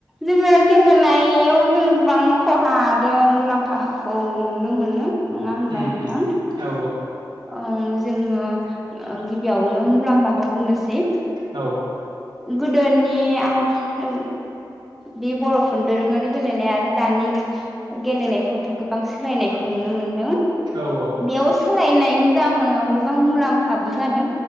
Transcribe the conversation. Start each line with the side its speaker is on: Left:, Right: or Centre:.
Centre: जोङो गेलेनायाव जों गोबां खहा आरो मुलाम्फाखौ नुनो मोनो। नङा होमबा
Right: उम
Centre: नोंथां?
Right: उम औ
Centre: औ जोङो गिबियावनो मुलाम्फाखौ बुंनोसै
Right: औ।
Centre: गोदोनि आरो बे बर'फोर दोरोङारि गेलेनाया आरो दानि गेलेनायफोरावथ' गोबां सोलायनायखौ नुनो मोनदों।
Right: औ औ।
Centre: बेयाव सोलायनायनि जाहोनाव गोबां मुलाम्फाबो जादों